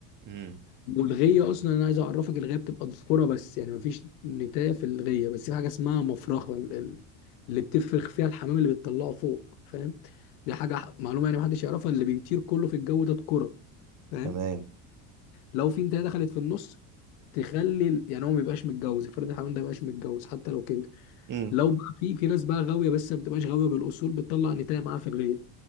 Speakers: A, on the right; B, on the left.
A: امم
B: والغيه اصلا انا عايز اعرفك الغيه بتبقى ذكوره بس يعني مفيش نتايه في الغيه بس في حاجه اسمها مفرخه ال- ال- اللي بتفرخ فيها الحمام اللي بتطلعه فوق فاهم دي حاجه ح- معلومه يعني محدش يعرفها اللي بيطير كله في الجو ده ذكوره فاهم
A: تمام
B: لو في نتايه دخلت في النص تخلي ال- يعني هو ما يبقاش متجوز افرض الحمام ده ما يبقاش متجوز حتى لو كبر
A: امم
B: لو بقى في في ناس بقى غاويه بس ما بتبقاش غاويه بالاصول بتطلع نتايه معاها في الغيه